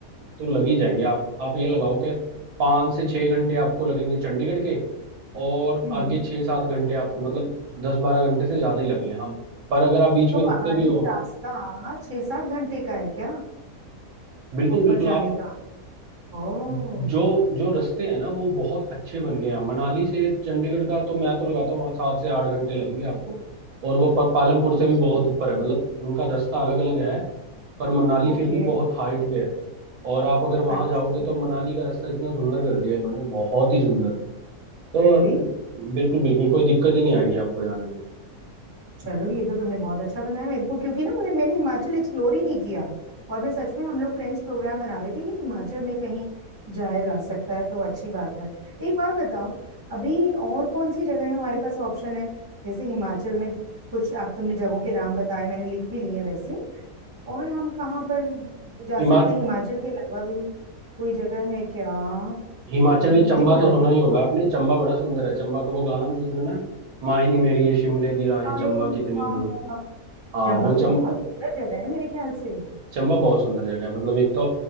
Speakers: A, on the right (about 75°); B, on the right (about 20°).
A: तो लग ही जाएंगे आप आप ये लगाओ कि पाँच से छः घंटे आपको लगेंगे चंडीगढ़ के और
B: हम्म
A: आगे छः सात घंटे आपको मतलब दस बारह घंटे से ज़्यादा ही लगेंगे हम पर अगर आप बीच
B: तो
A: में रुकते
B: पहाड़ी
A: भी हो
B: रास्ता छह सात घंटे का है क्या
A: बिल्कुल
B: ऊपर
A: बिल्कुल
B: जाने
A: आप
B: का ओ
A: जो जो रास्ते हैं ना वो बहुत अच्छे बन गए हैं मनाली से चंडीगढ़ का तो मैं तो लगाता हूँ सात से आठ घंटे लगेंगे आपको और वो पर पालमपुर
B: अच्छा
A: से भी बहुत ऊपर है मतलब उनका रास्ता अलग अलग है पर मनाली
B: ओके
A: फिर भी बहुत हाइट पे है और आप अगर वहां
B: अच्छा
A: जाओगे तो मनाली का रास्ता इतना सुंदर कर दिया इन्होंने बहुत ही सुंदर तो
B: रियली
A: बिल्कुल बिल्कुल कोई दिक्कत ही नहीं आएगी आपको जाने में
B: चलो ये तो तुमने बहुत अच्छा बनाया मेरे को क्योंकि ना मुझे मैंने हिमाचल एक्सप्लोर ही नहीं किया और मैं सच में हम लोग फ्रेंड्स प्रोग्राम बना रहे थे कि हिमाचल में कहीं जाया जा सकता है तो अच्छी बात है एक बात बताओ अभी और कौन सी जगह है हमारे पास ऑप्शन है जैसे हिमाचल में कुछ आप तुमने जगहों के नाम बताए मैंने लिख भी लिए हैं वैसे और हम कहाँ पर जा
A: हिमा
B: सकते हैं हिमाचल के अलावा भी कोई जगह है क्या हम्म,
A: हिमाचल में चंबा
B: देखो राजू
A: तो सुना ही होगा आपने चंबा बड़ा सुंदर है चंबा का वो गाना मशहूर है ना माही नी मेरी ये शिमले दी राहें
B: हाय,
A: चंबा कितने
B: हाँ
A: की दूर
B: हाँ हाँ
A: हाँ
B: जम्बा
A: वो
B: तो बहुत
A: चम
B: सुंदर जगह है मेरे ख्याल से
A: चंबा बहुत सुंदर जगह है मतलब एक तो